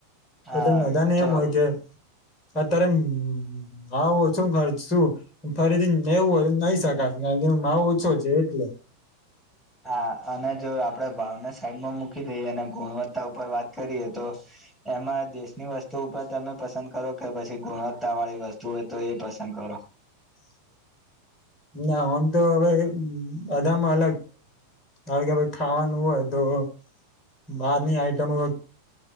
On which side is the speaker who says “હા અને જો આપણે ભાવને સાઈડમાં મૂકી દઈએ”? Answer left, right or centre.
Centre